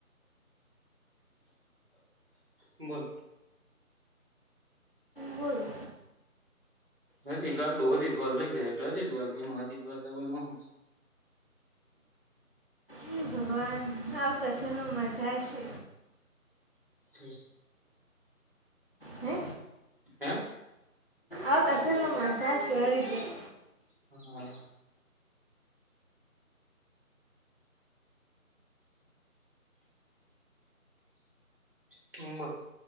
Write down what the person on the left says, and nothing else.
બોલો
હે ભગવાન. આવ તો, ચાલો, મજા આવશે.
હે.
આવતો, ચાલો મજા આવશે, હરિદ્વાર.